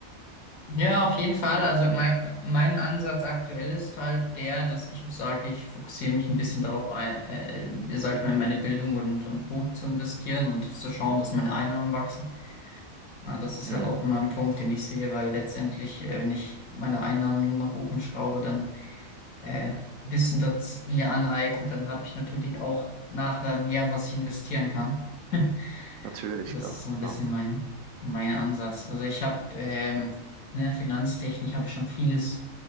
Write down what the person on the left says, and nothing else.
Ja, auf jeden Fall.
Also mein, mein Ansatz aktuell ist halt der, dass ich auch sage, ich fokussiere mich ein bisschen darauf, ein- äh, sag ich mal, in meine Bildung und, und gut zu investieren und zu schauen, dass meine Einnahmen wachsen. Äh, Das ist
halt auch immer ein Punkt, den ich sehe, weil letztendlich, äh, wenn ich meine Einnahmen nach oben schraube, dann äh, Wissen das mir aneignet, dann habe ich natürlich auch nachher mehr, was ich investieren kann. <laughs>
Das
ist so ein
bisschen mein, mein Ansatz. Also ich habe ähm, ne, Finanztechnik habe ich schon vieles